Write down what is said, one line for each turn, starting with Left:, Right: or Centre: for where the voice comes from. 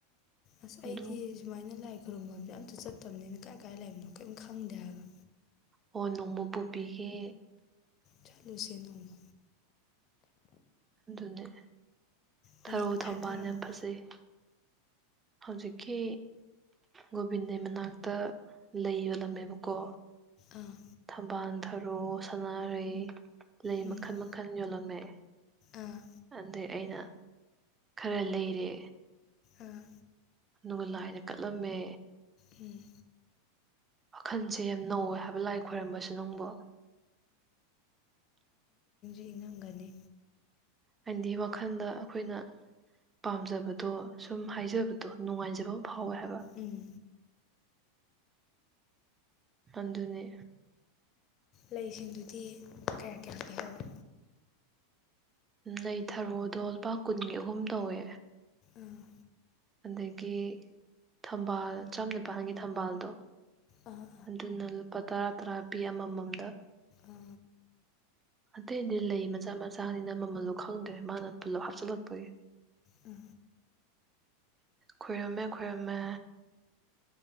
Left: ꯑꯁ
Right: ꯑꯗꯨ
Left: ꯑꯩꯗꯤ ꯁꯨꯃꯥꯏꯅ ꯂꯥꯏ ꯈꯨꯔꯨꯝꯐꯝꯁꯦ ꯑꯝꯇ ꯑꯗꯨ ꯆꯠꯇꯕꯅꯤꯅ ꯀꯥꯏ ꯀꯥꯏ ꯂꯩꯕꯅꯣ ꯀꯔꯤꯝꯇ ꯈꯪꯗꯦ ꯍꯥꯏꯔꯒ
Right: ꯑꯣ ꯅꯣꯡꯃ ꯄꯨꯕꯤꯒꯦ
Left: ꯆꯠꯂꯨꯁꯦ ꯅꯣꯡꯃ
Right: ꯑꯗꯨꯅꯦ
Left: ꯋꯥꯔꯤ
Right: ꯊꯔꯣ
Left: ꯃꯈꯥ
Right: ꯊꯧꯕꯥꯜ
Left: ꯇꯥꯔꯛꯑꯣ
Right: ꯌꯥꯝ ꯐꯖꯩ ꯍꯧꯖꯤꯛꯀꯤ ꯒꯣꯕꯤꯟꯗꯦ ꯃꯅꯥꯛꯇ ꯂꯩ ꯌꯣꯜꯂꯝꯃꯦꯕꯀꯣ
Left: ꯑꯥ
Right: ꯊꯝꯕꯥꯜ ꯊꯔꯣ ꯁꯅꯥꯔꯩ ꯂꯩ
Left: ꯎꯝ
Right: ꯃꯈꯜ ꯃꯈꯜ ꯌꯣꯜꯂꯝꯃꯦ
Left: ꯑꯥ
Right: ꯑꯗꯩ ꯑꯩꯅ ꯈꯔ ꯂꯩꯔꯦ
Left: ꯑꯥ
Right: ꯑꯗꯨꯒ ꯂꯥꯏꯅ ꯀꯠꯂꯝꯃꯦ
Left: ꯎꯝ
Right: ꯃꯈꯈꯟꯁꯦ ꯌꯥꯝ ꯅꯧꯋꯦ ꯍꯥꯏꯕ ꯂꯥꯏ ꯈꯣꯏꯔꯝꯕꯁꯨ ꯅꯪꯕ
Left: ꯊꯤꯉꯝꯒꯅꯤ
Right: ꯍꯥꯏꯗꯤ ꯋꯥꯈꯜꯗ ꯑꯩꯈꯣꯏꯅ ꯄꯥꯝꯖꯕꯗꯣ ꯁꯨꯝ ꯍꯥꯏꯖꯕꯗꯣ ꯅꯨꯡꯉꯥꯏꯖꯕ ꯑꯃ ꯐꯥꯎꯋꯦ ꯍꯥꯏꯕ
Left: ꯎꯝ
Right: ꯑꯗꯨꯅꯤ
Left: ꯂꯩꯁꯤꯡꯗꯨꯗꯤ ꯀꯌꯥ ꯀꯌꯥ ꯄ ꯍꯧꯋꯦ
Right: ꯅ ꯊꯔꯣꯗꯣ ꯂꯨꯄꯥ ꯀꯨꯟꯒꯤ ꯑꯍꯨꯝ ꯇꯧꯋꯦ
Left: ꯑꯥ
Right: ꯑꯗꯒꯤ ꯊꯝꯕꯥꯜ ꯆꯝ ꯅꯤꯄꯥꯜꯒꯤ ꯊꯝꯕꯥꯜꯗꯣ
Left: ꯑꯥ ꯑꯥ
Right: ꯑꯗꯨꯅ ꯂꯨꯄꯥ ꯇꯔꯥ ꯇꯔꯥ ꯄꯤ ꯑꯃꯃꯝꯗ
Left: ꯑꯥ
Right: ꯑꯇꯩꯗꯤ ꯂꯩ ꯃꯆꯥ ꯃꯆꯥꯅꯤꯅ ꯃꯃꯜꯂꯣ ꯈꯪꯗ꯭ꯔꯦ ꯃꯥꯅ ꯄꯨꯜꯂꯞ ꯍꯥꯞꯆꯤꯜꯂꯛꯄꯒꯤ
Left: ꯑꯝ
Right: ꯈꯏꯔꯃꯦ ꯈꯔꯝꯃꯦ